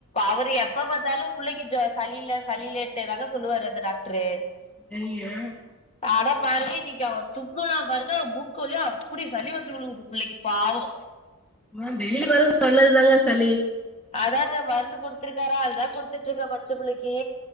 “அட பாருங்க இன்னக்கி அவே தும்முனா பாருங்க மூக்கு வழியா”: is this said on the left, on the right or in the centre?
Left